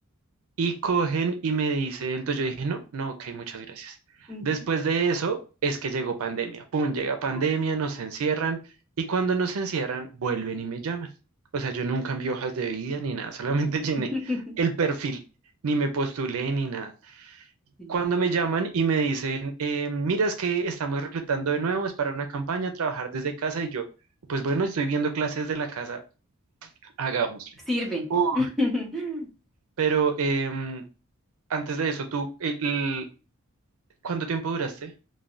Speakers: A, on the right; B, in the centre.
A: Y cogen y me dicen, entonces yo dije, no, no, ok, muchas gracias.
B: ujú,
A: Después de eso es que llegó pandemia. Pum, llega pandemia,
B: oh,
A: nos encierran y cuando nos encierran vuelven y me llaman. O sea, yo nunca envié hojas de vida ni nada, solamente <laughs> llené
B: <laughs>
A: el perfil, ni me postulé ni nada.
B: Sí.
A: Cuando me llaman y me dicen, eh, mira, es que estamos reclutando de nuevo, es para una campaña, trabajar desde casa y yo, pues bueno, estoy viendo clases de la casa, hagámosle.
B: Sirve.
A: Uf,
B: <laughs>
A: pero em, antes de eso, tú, el- ¿Cuánto tiempo duraste?